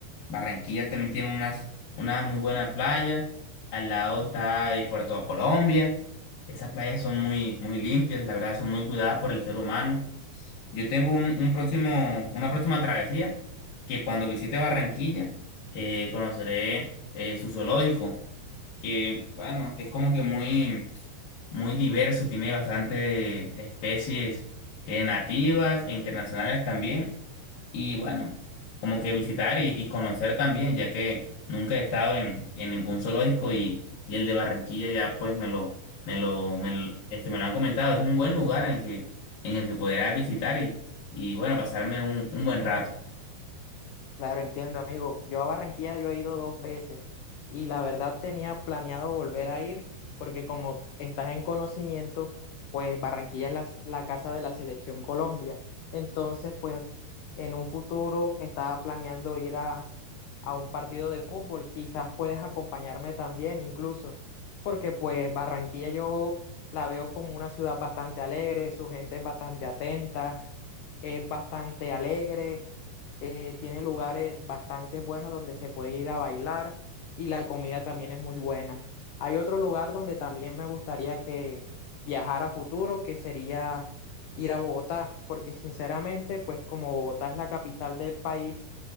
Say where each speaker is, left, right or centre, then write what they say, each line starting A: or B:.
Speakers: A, on the left; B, on the left.
A: Barranquilla también tiene unas, una muy buena playa. Al lado está eh, Puerto Colombia. Esas playas son muy, muy limpias, la verdad, son muy cuidadas por el ser humano. Yo tengo un, un próximo, una próxima travesía que cuando visite Barranquilla eh, conoceré eh, su zoológico, que bueno, es como que muy, muy diverso, tiene bastante especies eh, nativas e internacionales también. Y bueno, como que visitar y, y conocer también, ya que nunca he estado en, en ningún zoológico y, y el de Barranquilla ya pues me lo, me lo, me lo- este, me lo han comentado. Es un buen lugar en que, en el que podrás visitar y, y bueno, pasarme un, un buen rato.
B: Claro, entiendo, amigo. Yo a Barranquilla yo he ido dos veces y la verdad tenía planeado volver a ir porque como estás en conocimiento, pues Barranquilla es la, la casa de la selección Colombia. Entonces, pues en un futuro estaba planeando ir a, a un partido de fútbol. Quizás puedes acompañarme también incluso, porque pues Barranquilla yo la veo como una ciudad bastante alegre, su gente es bastante atenta, es bastante alegre eh, tiene lugares bastante buenos donde se puede ir a bailar y la comida también es muy buena. Hay otro lugar donde también me gustaría que viajar a futuro, que sería ir a Bogotá, porque sinceramente, pues como Bogotá es la capital del país,